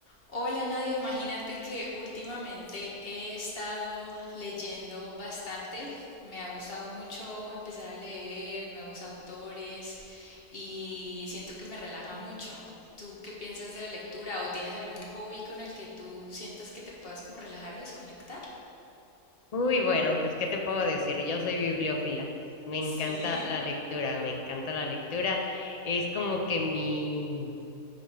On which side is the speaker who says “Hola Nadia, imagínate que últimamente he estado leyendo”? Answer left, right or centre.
Left